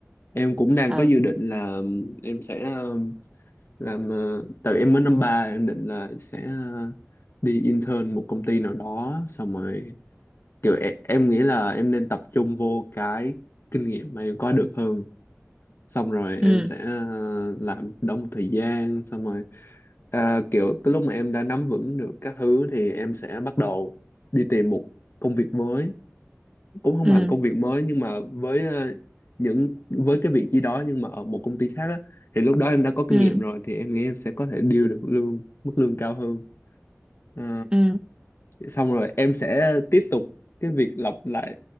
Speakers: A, on the left; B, on the right.
A: em cũng đang
B: ừ
A: có dự định là um, em sẽ um, làm uh, tại vì em mới năm ba em định là sẽ uh, đi intern một công ty nào đó xong rồi kiểu em, em nghĩ là em nên tập trung vô cái kinh nghiệm mà em có được hơn xong rồi em
B: ừ
A: sẽ uh, làm đó một thời gian xong rồi à, kiểu cái lúc mà em đã nắm vững được các thứ thì em sẽ bắt đầu đi tìm một công việc mới cũng không
B: ừ
A: hẳn công việc mới nhưng mà với ờ, những với cái vị trí đó nhưng mà ở một công ty khác á, thì lúc đó em đã có
B: ừ
A: kinh nghiệm rồi thì em nghĩ em sẽ có thể deal được lương mức lương cao hơn Ờ,
B: ừ
A: xong rồi em sẽ tiếp tục cái việc lặp lại